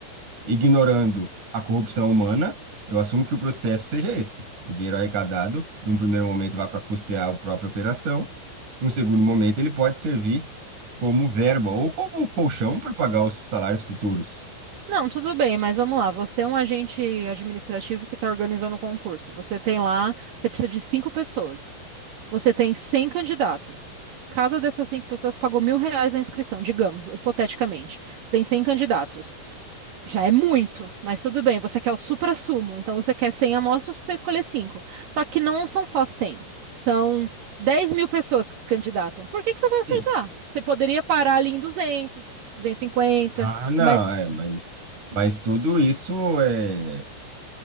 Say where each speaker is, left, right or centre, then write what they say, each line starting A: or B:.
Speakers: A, on the right; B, on the right.
A: ignorando a corrupção humana, eu assumo que o processo seja esse. O dinheiro arrecadado, num primeiro momento, vai para custear a própria operação, num segundo momento, ele pode servir como verba ou como colchão para pagar os salários futuros.
B: Não, tudo bem, mas vamos lá. Você é um agente administrativo que está organizando um concurso. Você tem lá, você precisa de cinco pessoas. Você tem 100 candidatos. Cada dessas cinco pessoas pagou mil reais na inscrição, digamos, hipoteticamente. Tem 100 candidatos. Já é muito, mas tudo bem. Você quer o supra-sumo, então você quer 100 amostras para você escolher cinco. Só que não são só 100. são dez mil pessoas que se candidatam. Por que que você vai aceitar?
A: Sim.
B: Você poderia parar ali em duzentos, duzentos e cinquenta,
A: Ah, não,
B: Mas
A: é, mas, mas tudo isso é.